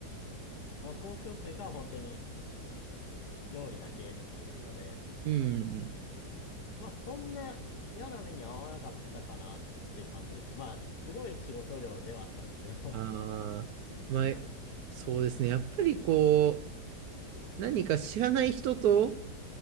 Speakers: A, on the left (about 70°); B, on the right (about 70°).
A: 黙々とっていうか本当に料理だけっていうので、
B: うん。
A: まあそんな嫌な目に遭わなかったかなって感じですね。まあすごい仕事量ではあったんですけど、<laughs>
B: ああー、まあ、そうですね。やっぱりこう、何か知らない人と、